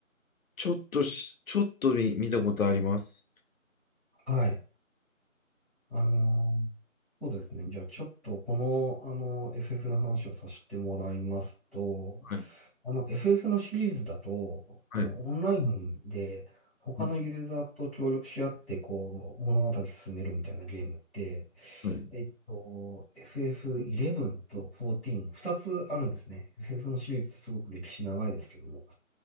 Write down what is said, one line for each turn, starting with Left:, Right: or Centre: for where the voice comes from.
Left: ちょっとし、ちょっと見、見たことあります。
Centre: はい。あのーそうですね。じゃあちょっとこの、あのー FF の話をさせてもらいますと、
Left: はい。
Centre: あの FF のシリーズだと、
Left: はい。
Centre: あの、オンラインで他のユーザーと協力し合って、
Left: はい。
Centre: こう、物語進めるみたいなゲームって、
Left: はい
Centre: えっと、FF11 と14、2つあるんですね。FF のシリーズってすごく歴史長いですけども。